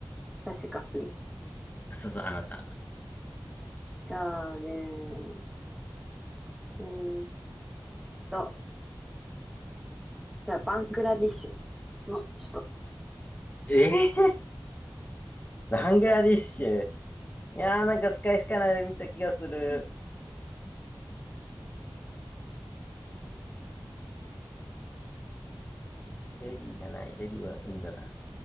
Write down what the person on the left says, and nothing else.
そうそう、あなた。
えー、バングラディッシュ。いやー、なんかスカイスカナで見た気がする。
デリーじゃない。デリーはインドだ。